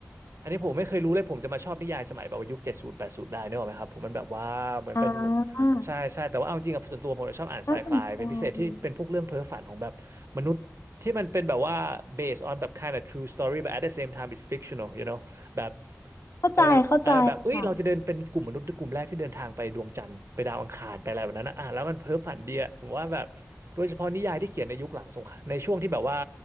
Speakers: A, on the right; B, on the left.
A: อันนี้ผมไม่เคยรู้เลยผมจะมาชอบนิยายสมัยแบบว่ายุคเจ็ดศูนย์แปดศูนย์ได้เนกอะไหมครับผมมันแบบว่าเหมือนเป็น
B: อ่า
A: ใช่ใช่แต่ว่าเอาจริงๆอ่ะส่วนตัวผมจะชอบอ่านไซไฟเป็นพิเศษที่เป็นพวกเรื่องเพ้อฝันของแบบมนุษย์
B: น่าสนใจ
A: ที่มันเป็นแบบว่า based on แบบ kind of true story but at the same time it's fictional you know แบบ
B: เข้าใจเข้าใจค่ะ
A: เออเออแบบเอ้ยเราจะเดินเป็นกลุ่มมนุษย์กลุ่มแรกที่เดินทางไปดวงจันทร์ไปดาวอังคารไปอะไรแบบนั้นนะอ่ะแล้วมันเพ้อฝันเดียผมว่าแบบ โดยเฉพาะนิยายที่เขียนในยุคหลังสงครามในช่วงที่แบบว่า